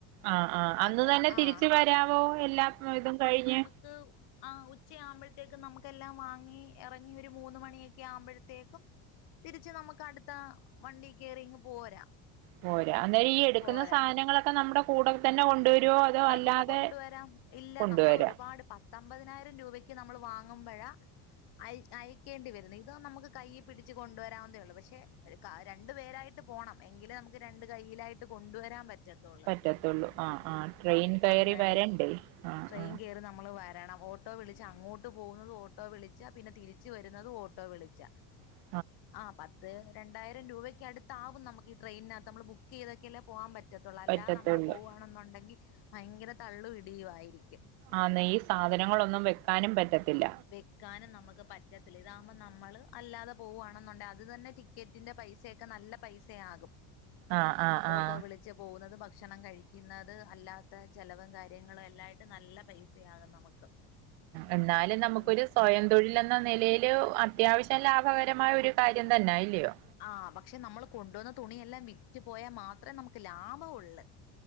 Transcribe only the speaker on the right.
അഹ് ആഹ് അന്ന്
തന്നെ
തിരിച്ച് വരാവോ എല്ലാ ഇതും കഴിഞ്ഞ്
പോരാനേരി ഈ എടുക്കുന്ന
സാധനങ്ങളൊക്കെ നമ്മുടെ കൂടെ തന്നെ കൊണ്ടുവരുവോ അതോ
അല്ലാതെ
കൊണ്ടുവരാ
പറ്റത്തൊള്ളൂ അഹ് ആഹ് ട്രെയിൻ കയറി
വരണ്ടേ ആഹ്
ആഹ്
ആ
പറ്റത്തുള്ളൂ
ആന്നെ ഈ സാധനങ്ങളൊന്നും വെക്കാനും പറ്റത്തില്ല
ആഹ് ആഹ്
ആഹ്
എന്നാലു നമുക്കൊരു
സ്വയം തൊഴിലെന്ന നിലയില് അത്യാവശ്യം ലാഭകരമായ ഒരു കാര്യം തന്നെ ഇല്ലിയോ